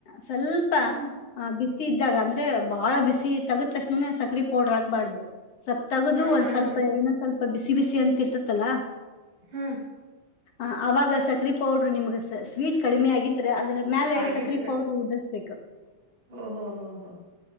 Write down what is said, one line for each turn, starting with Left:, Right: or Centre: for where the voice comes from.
Left: ಸ್ವಲ್ಪ
Right: ಹ್ಮ್
Left: ಆ ಬಿಸಿ ಬಿಸಿ ಇದ್ದಾಗ ಅಂದ್ರೆ ಬಾಳ ಬಿಸಿ ತಗ್ದ ತಕ್ಷಣನೇ ಸಕ್ರಿ ಪೌಡರ್ ಹಾಕ್ಬಾರ್ದು. ಸ್ವಪ್ ತಗೋದು
Right: ಹಾ
Left: ಒಂದ್
Right: ಹಾ
Left: ಸ್ವಲ್ಪ
Right: ಹಾ
Left: ಇನ್ನೊಂದ್ ಸ್ವಲ್ಪ. ಬಿಸಿ ಬಿಸಿ ಅಂತ ಇರ್ತತಲ್ಲಾ.
Right: ಹ್ಮ
Left: ಹ ಅವಾಗ ಸಕ್ರಿ ಪೌಡ್ರ ನಿಮ್ಗೆ ಸ್ವೀಟ್. ಕಡಿಮೆ ಆಗೆತಿ. ಅದ್ರ ಮೇಲೆ
Right: ಆಗಿದ್ರ
Left: ಸಕ್ರಿ ಪೌಡ್ರ ಉದ್ರಸಬೇಕ್.
Right: ಓಹೋ ಹೋ ಹೋ